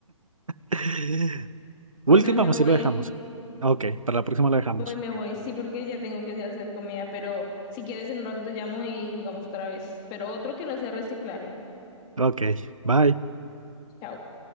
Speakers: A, on the right; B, on the left.
A: <laughs> Última,
B: Bueno, me
A: pues
B: voy.
A: sí lo dejamos. Ok, para la próxima lo dejamos.
B: Me voy, me voy. Sí, porque ya tengo que ir a hacer comida, pero si quieres en un rato te llamo y jugamos otra vez. Pero otro que no sea reciclaje.
A: Ok, bye.
B: Chao.